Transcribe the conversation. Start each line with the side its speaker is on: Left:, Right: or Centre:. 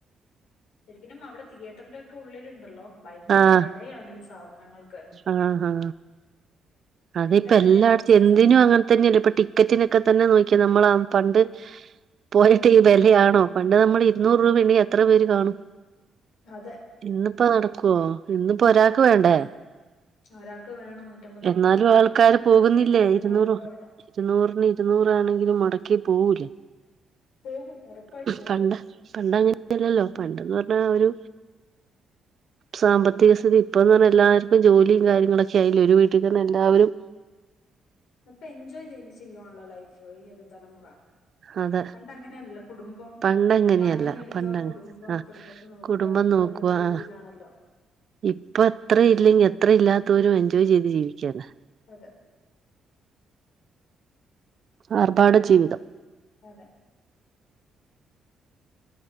Left: ശരിക്കിനും അവിടെ തിയറ്ററിന്റെ ഒക്കെ ഉള്ളിലുണ്ടല്ലോ ഭയങ്കര
Right: ആഹ് ആഹ്
Left: വെലയാണ് ഈ സാധനങ്ങൾക്ക്
Right: ആഹ് ആഹ് അതിപ്പോ
Left: ഭയങ്കര വില
Right: എല്ലാടത്തും
Left: കുറച്ചൊരു
Right: എന്തിനും
Left: സാധനം
Right: അങ്ങനെ തന്നെയല്ലേ ഇപ്പൊ ടിക്കറ്റിനൊക്കെ തന്നെ നോക്കിക്കേ നമ്മള് ആ പണ്ട് പോലത്തെ ഈ വെലയാണോ പണ്ട് നമ്മള് ഇരുന്നൂറ് രൂപ ഉണ്ടെങ്കി എത്ര പേര് കാണും
Left: അതെ
Right: ഇന്നിപ്പൊ നടക്കുവാ ഇന്നിപ്പോ ഒരാക്ക്
Left: പറ്റില്ല
Right: വേണ്ടേ
Left: ഒരാൾക്ക് വേണം നൂറ്റമ്പത് ഇരുനൂറ്
Right: എന്നാലും
Left: രൂപ
Right: ആൾക്കാര്
Left: വേണം എന്നിട്ട്
Right: പോകുന്നില്ലേ
Left: തിയറ്ററിൽ ഇരുന്നൂറ് രൂപ വേണം
Right: ഇരുന്നൂറിന് ഇരുന്നൂറ് ആണെങ്കിലും മൊടക്കി പോവൂലേ
Left: പോകും ഉറപ്പായിട്ട് പോകും
Right: പണ്ട് പണ്ടങ്ങനെ യല്ലല്ലോ പണ്ടെന്ന് പറഞ്ഞാ ഒരു സാമ്പത്തിക സ്ഥിതി ഇപ്പോന്ന് പറഞ്ഞാ എല്ലാർക്കും ജോലിയും കാര്യങ്ങളൊക്കെ ആയില്ലേ ഒരു വീട്ടിൽ തന്നെ എല്ലാവരും
Left: അപ്പൊ എൻജോയ് ചെയ്‌ത് ചെയ്യുവാണല്ലോ ലൈഫ് ഈ ഒരു തലമുറ
Right: അതെ
Left: പണ്ട് അങ്ങനെയല്ലല്ലോ കുടുംബം
Right: പണ്ടങ്ങനെയല്ല
Left: പണി എടുക്കുക
Right: പണ്ടങ്ങ
Left: കുടുംബം
Right: ആ
Left: കുടുംബ നോക്കുക
Right: കുടുംബം
Left: എന്നുള്ളൊരു
Right: നോക്കുക
Left: ഒരു
Right: ആ
Left: ഇതിലാണല്ലോ
Right: ഇപ്പൊ അത്രയും ഇല്ലെങ്കി അത്ര ഇല്ലാത്തോരും എൻജോയ് ചെയ്ത് ജീവിക്കാണ്
Left: അതെ
Right: ആർഭാട ജീവിതം
Left: അതെ